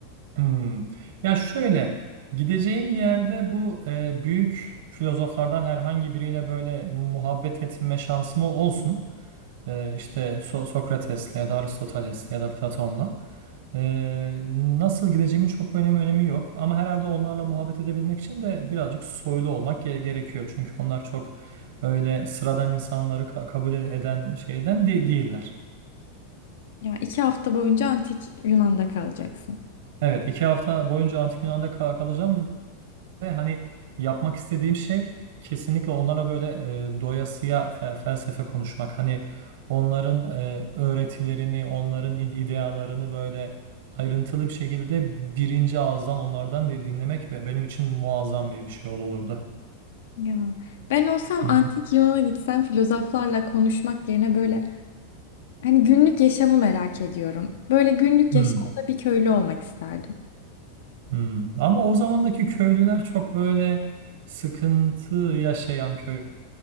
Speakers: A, on the right; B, on the left.
A: Hmm. Ya şöyle gideceğim yerde bu e, büyük filozoflardan herhangi biriyle böyle muhabbet etme şansım olsun. Ee, işte So- Sokrates'le ya da Aristoteles'le ya da Platon'la. Ee, nasıl gideceğimin çok bir önemi, önemi yok. Ama herhalde onlarla muhabbet edebilmek için de birazcık soylu olmak ge- gerekiyor. Çünkü onlar çok öyle sıradan insanları ka- kabul eden şeyden de- değiller.
B: Ya iki hafta boyunca antik Yunan'da kalacaksın.
A: Evet, iki hafta boyunca Antik Yunan'da kal- kalacağım Ve hani yapmak istediğim şey kesinlikle onlara böyle e, doyasıya fe- felsefe konuşmak. Hani onların e, öğretilerini, onların ide- idealarını böyle ayrıntılı bir şekilde birinci ağızdan onlardan di- dinlemek ve benim için muazzam bir, bir şey ol- olurdu.
B: Ya ben olsam
A: Hı hı.
B: antik Yunan'a gitsem filozoflarla konuşmak yerine böyle hani günlük yaşamı merak ediyorum. Böyle günlük
A: Hmm,
B: yaşamda bir köylü olmak isterdim.
A: hmm. Ama o zamandaki köylüler çok böyle sıkıntı yaşayan köylüler.